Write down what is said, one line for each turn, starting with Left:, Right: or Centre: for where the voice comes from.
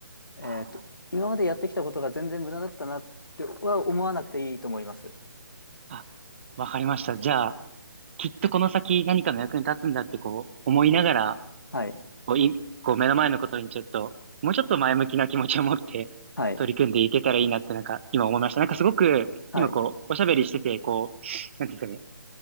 Left: えっと、
Right: はい
Left: 今までやってきたことが全然無駄だったなっては思わなくていいと思います。
Right: あ、あわかりました。じゃあ、きっとこの先何かの役に立つんだって、こう、思いながら、
Left: はいはい。
Right: こう、い、こう目の前のことにちょっと、もうちょっと前向きな気持ちを持って取り組んでいけたらいいなってなんか今思いました。
Left: はい。
Right: なんかすごく今こう、
Left: はい。
Right: おしゃべりしてて、こう、なんていうんですかね。